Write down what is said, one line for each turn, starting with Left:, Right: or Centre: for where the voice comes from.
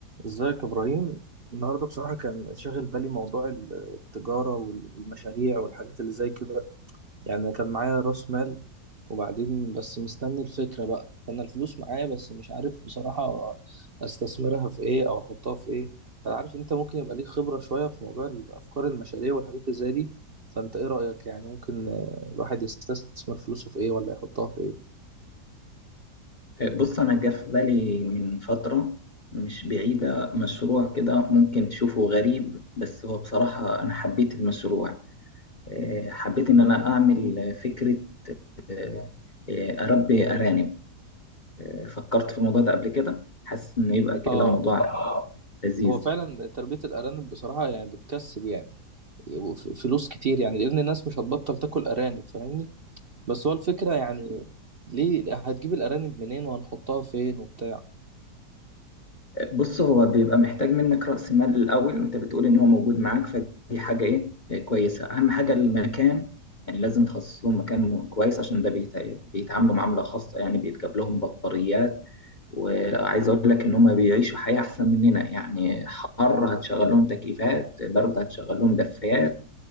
Right: ازيك يا ابراهيم النهارده بصراحه كان شاغل بالي موضوع ال- التجاره وال- والمشاريع والحاجات اللي زي كده يعني كان معايا راس مال وبعدين بس مستني الفكره بقى فانا الفلوس معايا بس مش عارف بصراحه استثمرها في ايه او احطها في ايه فانا عارف انت ممكن يبقى ليك خبره شويه في موضوع الافكار المشاريع والحاجات اللي زي دي فانت ايه رايك يعني ممكن آه، الواحد يستثمر فلوسه في ايه ولا يحطها في ايه
Left: بص أنا جه في بالي من فترة مش بعيدة مشروع كده ممكن تشوفه غريب بس هو بصراحة أنا حبيت المشروع آه، حبيت إن أنا أعمل فكرة آه، آه، أربي أرانب آه، فكرت في الموضوع ده قبل كده حاسس إنه يبقى كده
Right: اه
Left: موضوع لذيذ
Right: هو فعلا تربيه الارانب بصراحه يعني بتكسب يعني ف- فلوس كتير يعني لان الناس مش هتبطل تاكل ارانب فاهمني بس هو الفكره يعني ليه هتجيب الارانب منين وهنحطها فين وبتاع
Left: بص هو بيبقى محتاج منك رأس مال الأول وأنت بتقول إن هو موجود معاك فدي حاجة إيه إيه كويسة أهم حاجة المكان يعني لازم تخصص لهم مكان م- كويس عشان ده بيت- بيتعاملوا معاملة خاصة يعني بيتجاب لهم بطاريات وعايز أقول لك إن هم بيعيشوا حياة أحسن مننا يعني حر هتشغل لهم تكييفات برد هتشغل لهم دفايات